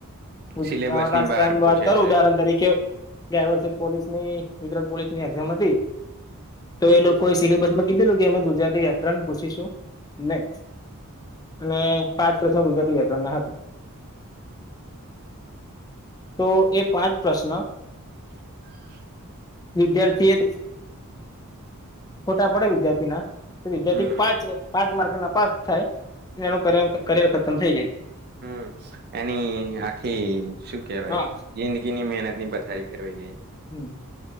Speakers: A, on the left; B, on the right.
A: લ
B: સિલેબસ ની
A: લાસ્ટ
B: બહાર
A: ટાઈમ
B: પૂછે
A: વાત કરુ
B: છે
A: ઉદાહરણ તરીકે ગયા વર્ષે પોલીસની ગુજરાત પોલીસ ની એક્ઝામ હતી તો એ લોકોએ સિલેબસ માં કીધેલું કે અમે ગુજરાતી યાત્રા ને પૂછીશું નહી અને પાંચ પ્રસમ ગુજરાતી <unintelligible> ના હતા તો એ પાંચ પ્રશ્ન
B: <inaudible>
A: વિદ્યાર્થી એ ખોટા પડે વિદ્યાર્થી ના વિદ્યાર્થી
B: હમ
A: પાંચ પાંચ <unintelligible> નપાસ થાય એનું <unintelligible> થઈ જાય
B: હમ એની આખી શું કેવાય
A: હા
B: જિંદગી ની મહેનત. ની <unintelligible> ફેરવાઈ.
A: હમ